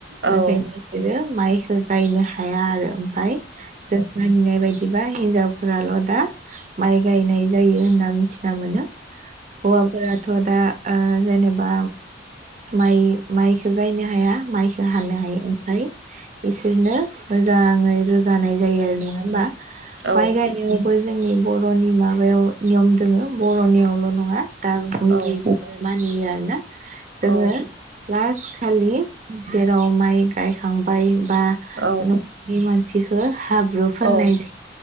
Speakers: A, on the right (about 80°); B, on the right (about 45°).
A: औ
B: ओंखायनो इसोरो माइ बेखौ गायनो हाया आरो फाय जों मानिनाय बायदिबा हिनजावफोराल' दा माइ गायनाय जायो होनना मिथिना मोनो। हौवाफोराथ' दा ओ जेनेबा माइ माइखो गायनो हाया माइ हानो हायो ओमफ्राय इसो बिरनो मोजाङै रो गानाय जायो नङा होनबा?
A: औ
B: माइ गायनायावबो जोंनि बर'नि माबायाव नियम दोङो । बर'नियाव ल' नङा दा बयबो
A: औ
B: <unintelligible> मानियो आरो ना? जोङो
A: औ
B: लास्ट खालि जेराव माइ गायखांबाय बा
A: औ
B: नखरनि मानसि हाब्रु फोननाय
A: औ
B: जायो